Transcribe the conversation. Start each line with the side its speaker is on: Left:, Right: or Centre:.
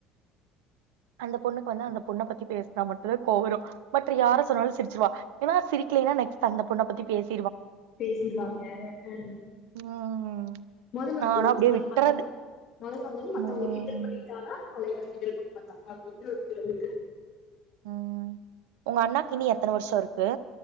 Right: அந்த பொண்ணுக்கு வந்து அந்த பொண்ண பத்தி பேசினா மட்டுமே கோவ வரும் மற்ற யார சொன்னாலும் சிரிச்சிருவா ஏன்னா சிரிக்கலேன்னா நெக்ஸ்ட் அந்த பொண்ண பத்தி பேசி
Left: பேசிருவாங்க ஹ்ம்
Right: ம்
Left: மொத மாதுரி
Right: நானா
Left: மத்தவங்க
Right: அப்டியே விட்றது
Left: மத்த மத்தவங்க மொத மாதுரி மத்தவங்க
Right: ம்
Left: கிண்டல் பண்ணிட்டானா கொலயால் இருக்கனு அத பிப்ரி வரு பருவத்தவர் துக்கு
Right: உம் உங்க அண்ணாக்கு இனி எத்தன வர்ஷோ ருக்கு